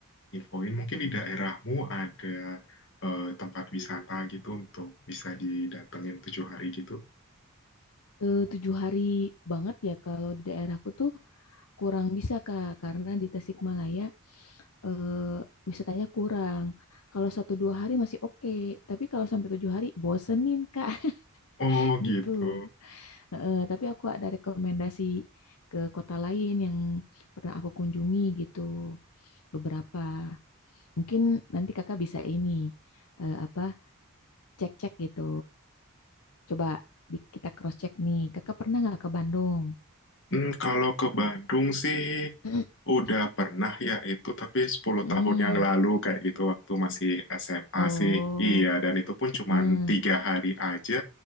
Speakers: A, on the left; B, on the left.
A: infoin? Mungkin
B: Mm.
A: di daerahmu ada eh, tempat wisata gitu untuk bisa didatengin tujuh hari gitu.
B: Eh, tujuh hari banget ya kalau di daerahku tuh kurang bisa Kak karena di Tasikmalaya eh, wisatanya kurang. Kalau satu dua hari masih oke, tapi kalau sampai tujuh hari bosenin Kak <laughs>
A: Oh
B: gitu.
A: gitu.
B: Eh, tapi aku ada rekomendasi ke kota lain yang pernah aku kunjungi gitu beberapa. Mungkin nanti Kakak bisa ini eh, apa cek-cek gitu. Coba di, kita cross check nih. Kakak pernah nggak ke Bandung?
A: Hmm, kalau ke Bandung sih
B: <clears throat>
A: udah pernah ya itu tapi 10
B: Hmm.
A: tahun yang lalu kayak gitu waktu masih SMA
B: Oh,
A: sih. Iya, dan itu pun cuman
B: mm,
A: tiga hari aja